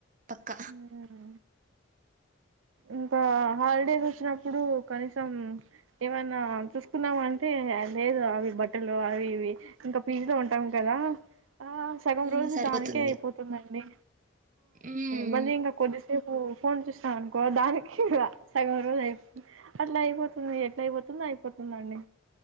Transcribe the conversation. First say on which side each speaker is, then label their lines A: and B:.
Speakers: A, on the right; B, on the right.
A: పక్క
B: ఉహుహు ఇంకా హాలిడేస్ వచ్చినప్పుడు కనీసం ఏవన్నా చూసుకుందమా అంటే అది లేదు అవి బట్టలు అవి ఇవి ఇంకా పీజీతో ఉంటాము కదా ఆ సగం
A: ఉమ్
B: రోజు
A: సరిపోతుంది
B: దానికే అయిపోతుందండి.
A: ఉమ్
B: మల్లి ఇంకా కొద్దిస్ రేపు ఫోన్ చూసాం అనుకో దానికి సగం రోజు అయిపోతుంది. అట్లా అయిపోతుంది ఎట్లా అయిపోతుంది తొందర అయిపోతుందండి